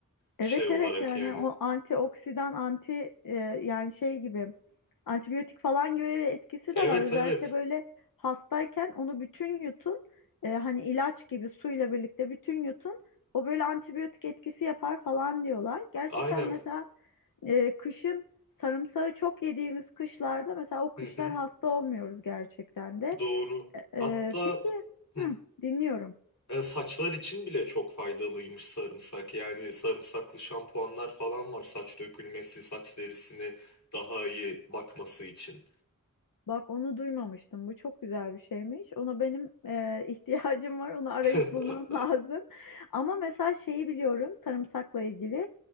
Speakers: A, on the left; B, on the left.
A: şey
B: Evet
A: olarak
B: evet yani
A: yani.
B: o antioksidan anti e, yani şey gibi antibiyotik falan gibi bir etkisi
A: Evet
B: de var. Özellikle
A: evet.
B: böyle hastayken onu bütün yutun e, hani ilaç gibi suyla birlikte bütün yutun o böyle antibiyotik etkisi yapar falan diyorlar. Gerçekten
A: Aynen.
B: mesela e, kışın sarımsağı çok yediğimiz kışlarda mesela o kışlar
A: Hı hı,
B: hasta olmuyoruz gerçekten de.
A: doğru.
B: E, e,
A: Hatta
B: peki
A: hı,
B: hı, dinliyorum.
A: e, saçlar için bile çok faydalıymış sarımsak. Yani sarımsaklı şampuanlar falan var saç dökülmesi, saç derisini daha iyi bakması için.
B: Bak onu duymamıştım. Bu çok güzel bir şeymiş. Ona benim e, <laughs> ihtiyacım var. Onu arayıp
A: <laughs>
B: bulmam <laughs> lazım. Ama mesela şeyi biliyorum sarımsakla ilgili.